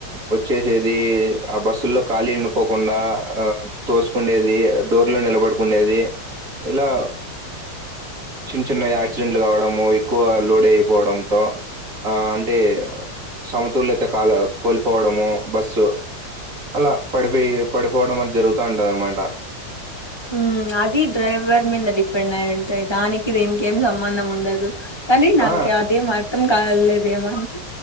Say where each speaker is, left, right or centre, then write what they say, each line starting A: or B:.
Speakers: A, on the right; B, on the left.
A: వచ్చేసేది ఆ బస్సుల్లో కాలి వుండకోకుండ తోసుకు ఉండేది డోర్ లో నిలబడుకుండేది ఇలా చిన్న చిన్న యాక్సిడెంట్లు కావడము ఎక్కువ లోడ్ అయిపోవడంతో ఆ అంటె సమతుల్యత కాల కోల్పోవడము బస్సు అల పడిపోయి పడిపోవడం అని జరుగుతా ఉంటది అనమాట
B: ఊమ్ అది డ్రైవర్ మీద డిపెండ్ అయ్యి ఉంటయి దానికి దీనికి ఏం సంబంధం ఉండదు కానీ నాకి
A: ఆ
B: అదేం అర్థం కాలేదేమంటె